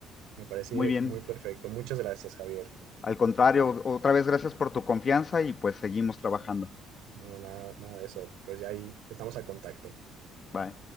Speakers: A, on the right (about 85°); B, on the left (about 30°).
A: Me parece
B: Muy bien.
A: muy perfecto. Muchas gracias, Javier.
B: Al contrario, otra vez gracias por tu confianza y pues seguimos trabajando.
A: No, nada, nada de eso. Pues ya ahí estamos al contacto.
B: Bye.